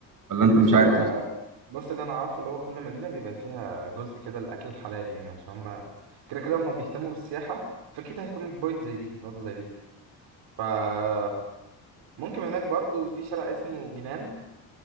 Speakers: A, on the right (about 50°); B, on the right (about 70°).
A: ولا انت
B: بص
A: مش عارف
B: هو
A: اصلا
B: بص اللي انا عارفه اللي هو كل مدينه بيبقى فيها جزء كده الاكل الحلال يعني عشان هما كده كده هما بيهتموا بالسياحه فاكيد هيهتموا ببوينت زي دي نقطه زي دي فممكن هناك برضو في شارع اسمه جنان